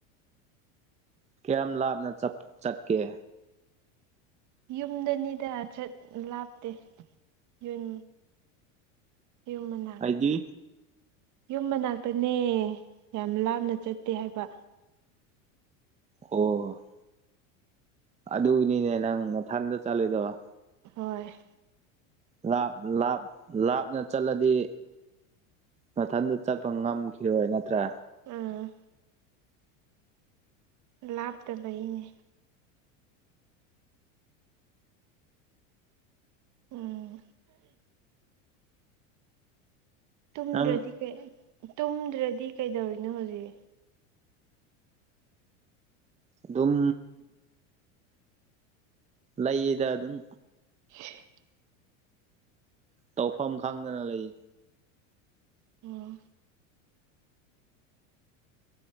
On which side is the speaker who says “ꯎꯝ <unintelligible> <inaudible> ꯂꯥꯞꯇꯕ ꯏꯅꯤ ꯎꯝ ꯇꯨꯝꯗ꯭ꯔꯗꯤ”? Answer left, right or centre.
Right